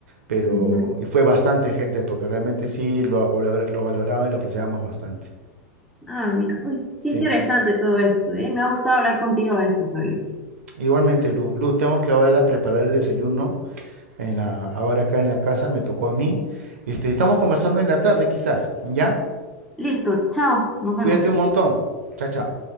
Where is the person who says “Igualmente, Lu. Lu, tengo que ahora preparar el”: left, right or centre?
Right